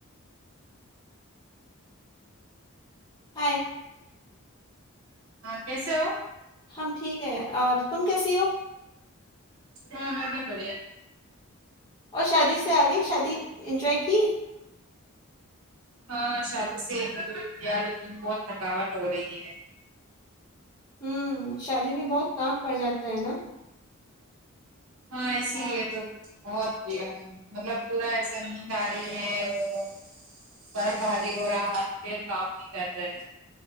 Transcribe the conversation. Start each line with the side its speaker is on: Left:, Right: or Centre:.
Left: ہائے
Right: کیسے ہو
Left: ہم ٹھیک ہے اور تم کیسی ہو
Right: ہاں میں بھی بڑھیا
Left: اور شادی سے آ گئی شادی انجوائے کی
Right: ہاں شادی سے ایکلور کیا لیکن بہت تھکاوٹ ہو رہی ہے
Left: ہوں شادی میں بہت کام پڑ جاتا ہے نا
Right: ہاں اسی لیےتو بہت بھی مطلب پورا ایسا نیند آ رہی ہے اور سر بھاری ہو رہا ہے آج ہاتھ پیرکام نہیں کر رہے